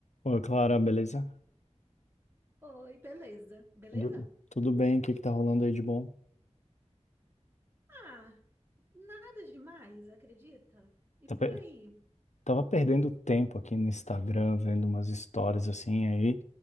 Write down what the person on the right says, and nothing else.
Oi, beleza? Beleza?
Ah, nada demais, acredita? E
por
aí?